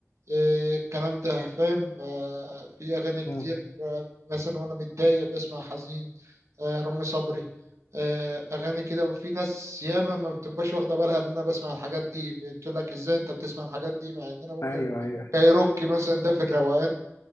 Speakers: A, on the right (about 75°); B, on the left (about 90°).
A: إيه الكلام ده فاهم آه في أغاني كتير
B: مم.
A: آه مثلا وأنا متضايق بسمع حزين آه رامي صبري آه أغاني كده في ناس ياما ما بتبقاش واخدة بالها إن أنا بسمع الحاجات دي بتقول لك إزاي أنت بتسمع الحاجات دي مع إن أنا ممكن
B: ايوه ايوه
A: كايروكي مثلا ده في الروقان